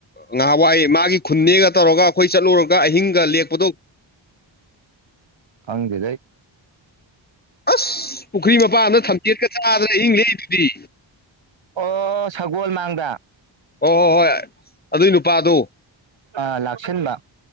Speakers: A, on the left; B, on the right.
A: ꯉꯍꯥꯟꯋꯥꯏ ꯃꯥꯒꯤ ꯈꯨꯟꯅꯦꯒ ꯇꯧꯔꯒ ꯑꯩꯈꯣꯏ ꯆꯠꯂꯨꯔꯒ ꯀ ꯑꯍꯤꯡꯒ ꯂꯦꯛꯄꯗꯣ
B: ꯈꯪꯗꯦꯗꯩ
A: ꯑꯁ ꯄꯨꯈ꯭ꯔꯤ ꯃꯄꯥꯟꯗ ꯊꯝꯖꯦꯠꯀ ꯆꯥꯗꯅ ꯑꯍꯤꯡ ꯂꯩꯛꯏꯗꯨꯗꯤ
B: ꯑꯣ ꯁꯒꯣꯜ ꯃꯥꯡꯗ
A: ꯑꯣ ꯍꯣꯏ ꯍꯣꯏ ꯑꯗꯨꯏ ꯅꯨꯄꯥꯗꯨ
B: ꯑ ꯂꯥꯛꯁꯟꯕ